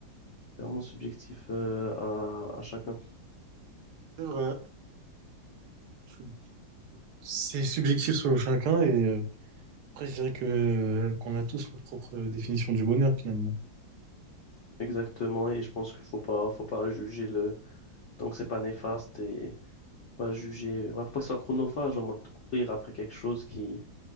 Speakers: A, on the left; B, on the right.
A: C'est vraiment subjectif euh, à, à chacun.
B: C'est vrai. Je- C'est subjectif selon chacun et euh, après, je dirais que euh, qu'on a tous notre propre définition du bonheur finalement.
A: Exactement. Et je pense qu'il faut pas, faut pas juger le tant que c'est pas néfaste et pas juger. Ouais, faut pas que ce soit chronophage en mode courir après quelque chose qui